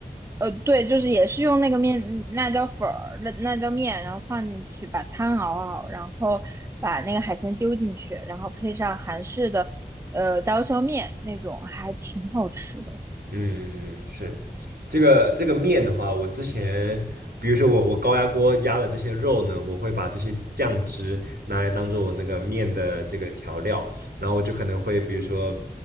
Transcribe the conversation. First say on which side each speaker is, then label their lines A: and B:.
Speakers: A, on the right (about 20°); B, on the right (about 75°).
A: 呃，对，就是也是用那个面嗯辣椒粉儿、辣辣椒面，然后放进去，把汤熬好，然后把那个海鲜丢进去，然后配上韩式的呃刀削面那种，还挺好吃的。
B: 嗯嗯嗯，是这个这个面的话，我之前比如说我我高压锅压了这些肉呢，我会把这些酱汁拿来当做我那个面的这个调料，然后我就可能会比如说